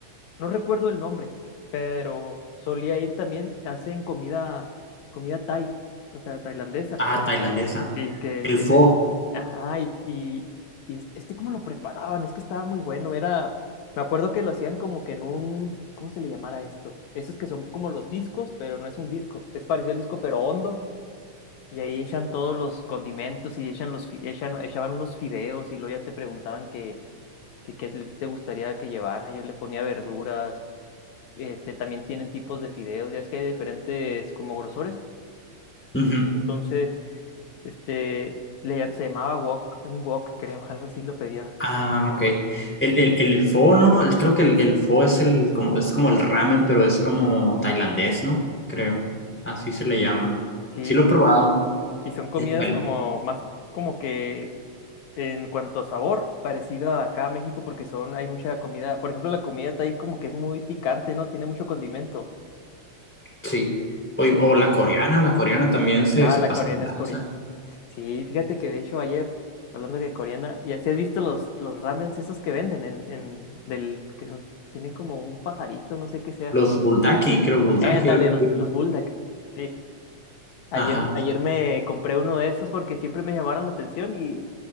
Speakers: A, on the left; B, in the centre.
A: no recuerdo el nombre, pero solía ir también, hacen comida, comida Thai, o sea, tailandesa.
B: Ah, tailandesa.
A: Sí, que,
B: El
A: que
B: pho.
A: te... Ajá, y, y, y es- este, cómo lo preparaban, es que estaba muy bueno, era... Me acuerdo que lo hacían como que en un... ¿Cómo se le llamara esto? Esos que son como los discos, pero no es un disco, es parecido al disco, pero hondo, y ahí echan todos los condimentos y echan los, fi- echan, echaban unos fideos y luego ya te preguntaban que, que qué te gustaría que llevara, yo le ponía verduras, este, también tienen tipos de fideos, ya es que hay diferentes como grosores,
B: Ujú.
A: entonces... Este, le llam- se llamaba wok, un wok, creo, algo así lo pedía.
B: Ah, ok. El, el, el, el pho, ¿no? El- creo que el, el pho es el como es como el ramen, pero es como tailandés, ¿no? Creo. Así se le llama.
A: Sí,
B: Sí lo he probado.
A: y, y son comidas
B: Eh, El,
A: como más como que en cuanto a sabor, parecido a acá a México, porque son, hay mucha comida. Por ejemplo, la comida ahí como que es muy picante, ¿no? Tiene mucho condimento.
B: Sí. O, o la coreana, la coreana también se,
A: Ah,
B: se
A: la
B: pasa
A: coreana
B: de
A: es coreana.
B: lanza.
A: Sí, fíjate que de hecho ayer, hablando de coreana, ya si has visto los, los ramens esos que venden en, en, del, que son, tienen como un pajarito, no sé qué sea.
B: Los buldaki, creo, buldaki,
A: Ándale,
B: algo
A: los,
B: así.
A: los bulldog. Sí, Ayer,
B: Ajá,
A: ayer me compré uno de esos porque siempre me llamaron la atención y